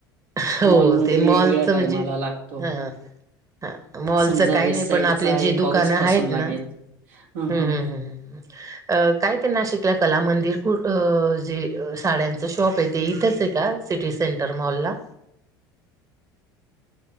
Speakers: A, on the right; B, on the right.
A: हो
B: मॉलमध्ये
A: ते मॉलच
B: वेगवेगळ्या
A: म्हणजे
B: टायमाला लागतो.
A: हा हा मॉलचं
B: समजा
A: काही
B: वेस्ट
A: नाही
B: साईडचा
A: पण आपले जे
B: एक
A: दुकानं
B: ऑगस्ट
A: आहेत
B: पासून
A: ना
B: लागेल. हं,
A: ह्
B: हं.
A: ह् अ काय ते नाशिकला कला मंदिर कु जे साड्यांचं शॉप आहे ते इथंच आहे का? सिटी सेंटर मॉल्ला